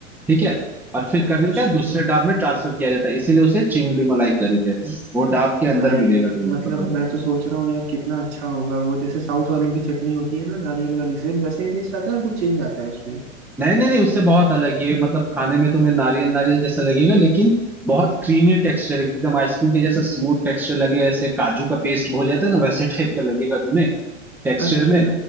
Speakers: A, in the centre; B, on the right.
A: ठीक है और फिर करने
B: अच्छा
A: का दूसरे डाब में ट्रांसफर किया जाता है इसीलिए उसे चिंगड़ी मलाई करी कहते हैं वो डाब के
B: भाई
A: अंदर मिलेगा तुम्हें
B: मतलब
A: बना हुआ
B: मैं तो सोच रहा हूँ यार कितना अच्छा होगा वो जैसे साउथ वालों की चटनी होती है ना नारियल वाली सेम वैसे ही टेस्ट आता है या कुछ चेंज आता है उसमें
A: नहीं नहीं नहीं उससे बहुत अलग ये मतलब खाने में तुम्हें नारियल नारियल जैसा लगेगा लेकिन बहुत क्रीमी टेक्सचर एकदम आइसक्रीम के जैसा स्मूथ टेक्सचर लगेगा जैसे काजू का पेस्ट हो जाता है ना वैसे टाइप का लगेगा तुम्हें टेक्सचर
B: अच्छा
A: में